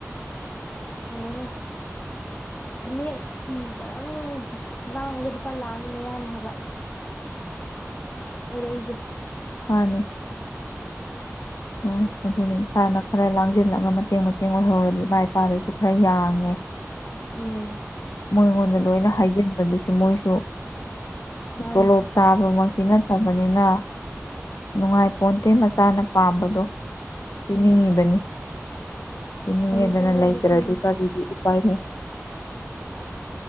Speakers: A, on the left (about 30°); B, on the left (about 80°).
A: ꯌꯦꯡꯉꯣꯅꯦ ꯐꯅꯦꯛ ꯐꯤꯗꯪ ꯂꯥꯡꯕꯗ ꯂꯨꯄꯥ ꯂꯥꯡꯉꯤ ꯃꯌꯥꯅꯦ ꯍꯥꯏꯕ ꯑꯣ ꯂꯩꯩꯖꯦ
B: ꯃꯥꯅꯦ ꯎꯝ ꯑꯗꯨꯅ ꯏꯁꯥꯅ ꯈꯔ ꯂꯥꯡꯁꯤꯜꯂꯒ ꯃꯇꯦꯡ ꯃꯇꯦꯡ ꯑꯣꯏꯍꯧꯔꯗꯤ ꯏꯃꯥ ꯏꯄꯥꯗꯁꯨ ꯈꯔ ꯌꯥꯡꯉꯦ
A: ꯎꯝ
B: ꯃꯣꯏꯉꯣꯟꯗ ꯂꯣꯏꯅ ꯍꯥꯏꯖꯤꯟꯕꯗꯨꯁꯨ ꯃꯣꯏꯁꯨ
A: ꯃꯥꯅꯦ
B: ꯆꯂꯣ ꯆꯕ ꯑꯃ ꯊꯤꯟꯅꯗꯕꯅꯤꯅ ꯅꯨꯡꯉꯥꯏ ꯄꯣꯟꯗꯦ ꯃꯆꯥꯅ ꯄꯥꯝꯕꯗꯣ ꯄꯤꯅꯤꯡꯉꯤꯕꯅꯤ
A: ꯎꯝ
B: ꯄꯤꯅꯤꯡꯉꯦꯗꯅ
A: ꯐꯔꯅꯤꯆꯔꯗ
B: ꯂꯩꯇ꯭ꯔꯗꯤ
A: ꯂꯤꯁꯤꯡ
B: ꯀꯔꯤꯒꯤ ꯄꯅꯦ